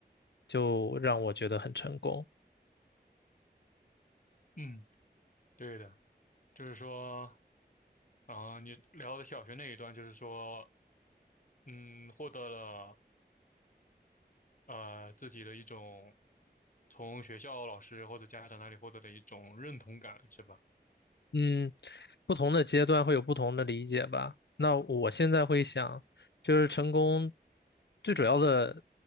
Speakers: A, on the left; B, on the left.
A: 就让我觉得很成功。
B: 嗯，对的，就是说，啊，你聊的小学那一段，就是说，嗯，获得了呃自己的一种从学校老师或者家长那里获得的一种认同感，是吧？
A: 嗯，不同的阶段会有不同的理解吧。那我现在会想，就是成功最主要的